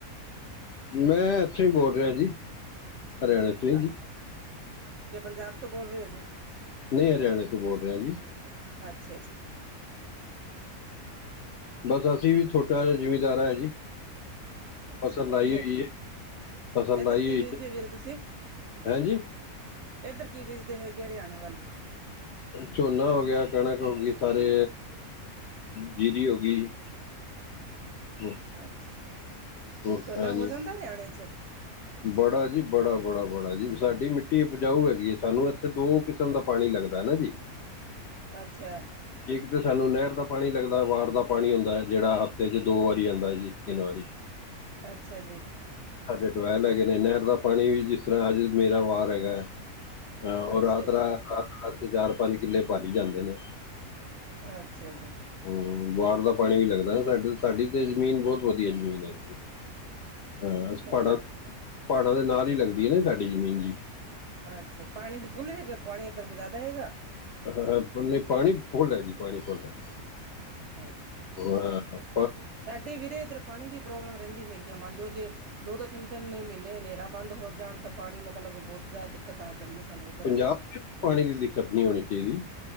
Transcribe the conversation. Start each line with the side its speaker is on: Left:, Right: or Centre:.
Left: ਮੈਂ ਇੱਥੋਂ ਹੀ ਬੋਲ ਰਿਹਾ ਜੀ, ਹਰਿਆਣੇ ਤੋਂ ਹੀ ਜੀ।
Right: ਅ- ਕਿ ਪੰਜਾਬ ਤੋਂ ਬੋਲ ਰਹੇ ਹੋ ਜੀ।
Left: ਨਹੀ ਹਰਿਆਣੇ ਤੋਂ ਬੋਲ ਰਿਹਾ ਜੀ।
Right: ਅਛਾ ਜੀ।
Left: ਬਸ ਅਸੀ ਵੀ ਛੋਟਾ ਜਿਹਾ ਜਿਮੀਦਾਰ ਹੈ। ਜੀ।
Right: ਅਛਾ
Left: ਫਸਲ
Right: ਵਧੀਆ।
Left: ਲਾਈ ਹੋਈ ਹੈ ਫਸਲ
Right: ਇਧਰ
Left: ਲਾਈ
Right: ਕੀ
Left: ਹੋਈ
Right: ਵੇਚਦੇ
Left: ਹੈ
Right: ਹੋ ਵੀਰ ਤੁਸੀ
Left: ਹੈਂ ਜੀ
Right: ਇਧਰ ਕੀ ਬੀਜਦੇ ਹੈਗੇ ਹਰਿਆਣੇ ਵੱਲ
Left: ਝੋਨਾ ਹੋ ਗਿਆ ਕਣਕ ਹੋ ਗਈ ਸਾਰੇ ਜੀਰੀ ਹੋ ਗਈ ਹਮ,
Right: ਅੱਛਾ
Left: ਹਮ,
Right: ਝੋਨਾ
Left: ਹਾਂਜੀ
Right: ਹੋ ਜਾਦਾ ਹਿਆਣੇ 'ਚ-
Left: ਬੜਾ ਜੀ ਬੜਾ- ਬੜਾ- ਬੜਾ ਜੀ ਸਾਡੀ ਮਿੱਟੀ ਉਪਜਾਊ ਹੈਗੀਏ ਸਾਨੂੰ ਇਥੇ ਦੋ ਸਮ ਦਾ ਪਾਣੀ ਲੱਗਦਾ ਨਾ ਜੀ।
Right: ਅੱਛਾ-
Left: ਠੀਕ ਤੇ ਸਾਨੂੰ ਨਹਿਰ ਦਾ ਪਾਣੀ ਲੱਗਦਾ ਵਾਰ ਦਾ ਪਾਣੀ ਹੁੰਦਾ ਜਿਹੜਾ ਹਫ਼ਤੇ ਚ ਦੋ ਵਾਰੀ ਆਉਂਦਾ ਜੀ ਤਿੰਨ ਵਾਰੀ-
Right: ਅੱਛਾ ਜੀ-
Left: ਸਾਡੇ ਟੁਵੈਲ ਹੈਗੇ ਨੇ ਨਹਿਰ ਦਾ ਪਾਣੀ ਵੀ ਜਿਸ ਤਰ੍ਹਾਂ ਅੱਜ ਮੇਰਾ ਵਾਰ ਹੈਗਾ ਹੈ- ਹਾਂ ਉਹ
Right: ਅੱਛਾ
Left: ਰਾਤ
Right: ਜੀ
Left: ਰਾ ਰਾ ਚਾਰ ਪੰਜ ਕਿੱਲੇ ਭਰੀ ਜਾਂਦੇ ਨੇ-
Right: ਅੱਛਾ ਜੀ-
Left: ਹਮ ਬਾਹਰ ਦਾ ਪਾਣੀ ਵੀ ਲੱਗਦਾ ਸਾਡੇ ਸਾਡੀ ਤੇ ਜ਼ਮੀਨ ਬਹੁਤ ਵਧੀਆ ਜ਼ਮੀਨ ਹੈਗੀ ਏ - ਹਾਂ
Right: ਮਤਲਬ
Left: ਪਹਾੜਾਂ ਪਹਾੜਾਂ ਦੇ ਨਾਲ ਹੀ ਲੱਗਦੀ ਹੈ ਨੇ ਸਾਡੀ ਜ਼ਮੀਨ ਜੀ-
Right: ਅੱਛਾ ਪਾਣੀ ਦੇ ਫੁੱਲ ਹੈਗਾ ਪਾਣੀ ਇੱਧਰ ਕੋ ਜ਼ਿਆਦਾ ਹੈਗਾ-
Left: ਹਾ ਨਹੀਂ ਪਾਣੀ ਫੁੱਲ ਜੀ ਪਾਣੀ ਫੁੱਲ ਆ -
Right: ਅੱਛਾ-
Left: ਆਹੋ -
Right: ਸਾਡੇ ਵੀਰੇ ਇੱਧਰ ਪਾਣੀ ਦੀ ਪ੍ਰੋਬਲਮ ਰਹਿੰਦੀ ਹੈਗੀ ਆ ਮੰਨ ਲਓ ਜੇ- ਦੋ ਦੋ ਤਿੰਨ ਤਿੰਨ ਮਹੀਨੇ ਹਨੇਰਾਾਂ ਬੰਦ ਹੋ ਜਾਣ ਤਾਂ ਪਾਣੀ ਮਤਲਬ ਬਹੁਤ- ਜ਼ਿਆਦਾ ਦਿੱਕਤ ਆ ਜਾਂਦੀ ਹੈ ਸਾਨੂੰ ਇੱਧਰ-
Left: ਪੰਜਾਹ ਪਾਣੀ ਦੀ ਦਿੱਕਤ ਨਹੀਂ ਹੋਣੀ ਚਾਹੀਦੀ-